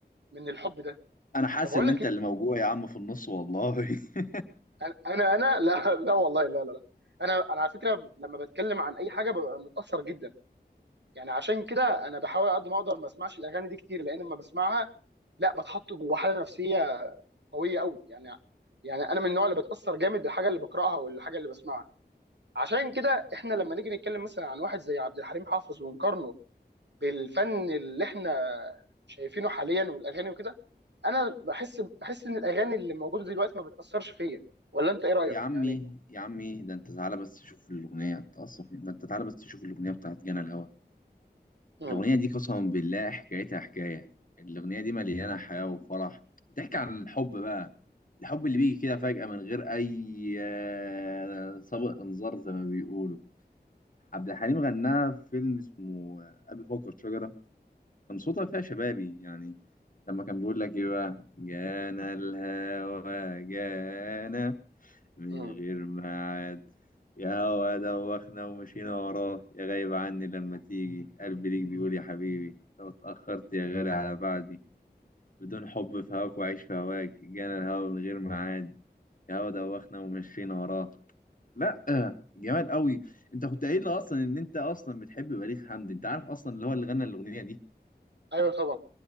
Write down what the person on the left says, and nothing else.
أنا حاسس
إن
أنت
اللي موجوع يا عم في النص والله <laughs>
يا عمي
يا عمي ده أنت تعالى بس تشوف الأغنية تقصف ده أنت تعالى بس تشوف الأغنية بتاعت جانا الهوى
الأغنية دي قسما بالله حكايتها حكاية الأغنية دي مليانة حياة وفرح بتحكي عن الحب بقى الحب اللي بيجي كده فجأة من غير أي آه، سابق إنذار زي ما بيقولوا عبد الحليم غناها في فيلم اسمه آه، أبي فوق الشجرة كان صوتها فيها شبابي يعني لما كان بيقول لك إيه بقى جانا الهوى جانا من
غير ميعاد يا هوا دوخنا ومشينا وراه يا غايب عني لما تيجي قلبي ليك بيقول يا حبيبي لو اتأخرت يا غالي على بعدي بدون حب في هواك وعيش في هواك جانا الهوا من غير ميعاد يا هوا دوخنا ومشينا وراه لا آه، جمال قوي انت كنت قايل لي اصلا ان انت اصلا بتحب بليغ حمدي انت عارف اصلا اللي هو اللي غنى الاغنيه دي